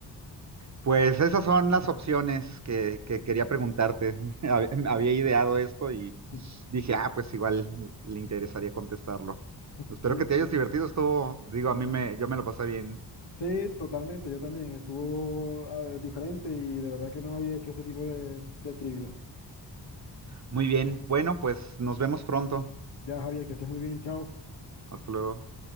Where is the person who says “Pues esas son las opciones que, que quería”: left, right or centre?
Right